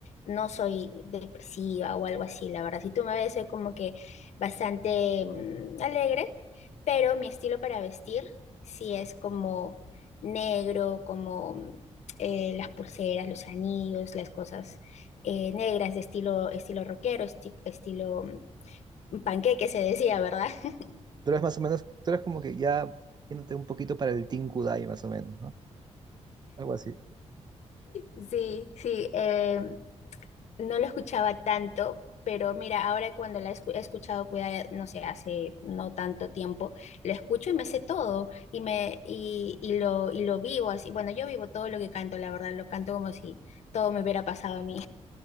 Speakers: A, on the left (about 80°); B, on the right (about 40°).
A: no soy depresiva o algo así, la verdad. Si tú me ves, soy como que bastante mm, alegre pero mi estilo para vestir sí es como negro, como mm, eh, las pulseras, los anillos, las cosas eh, negras de estilo, estilo rockero, esti- estilo mm, panqueque se decía, ¿verdad? <laughs>
B: Tú eres más o menos, tú eres como que ya yéndote un poquito para el Team Kudai, más o menos, ¿no? Algo así.
A: Sí, sí, eh, no lo escuchaba tanto. Pero mira, ahora cuando la he escu- he escuchado, cuida, no sé, hace no tanto tiempo, lo escucho y me sé todo y me y, y lo y lo vivo así. Bueno, yo vivo todo lo que canto, la verdad, lo canto como si todo me hubiera pasado a mí.